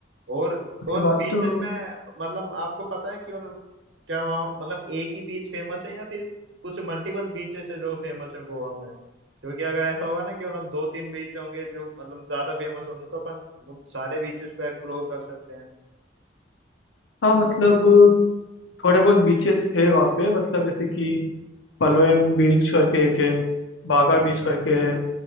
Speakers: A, on the right; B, on the left.
A: और
B: उसके
A: और
B: बाद
A: बीचेस
B: तो
A: में मतलब आपको पता है कि मतलब क्या वहाँ मतलब एक ही बीच फेमस है या फिर कुछ मल्टीपल बीचेस है जो फेमस है गोवा में क्योंकि अगर ऐसा होगा ना कि मतलब दो तीन बीच होंगे जो मतलब ज्यादा फेमस होंगे तो अपन उन सारे बीचेस को एक्सप्लोर कर सकते हैं
B: हाँ मतलब थोड़े बहुत बीचेस है वहाँ पे मतलब जैसे कि पलोयम बीच करके एक है बागा बीच करके है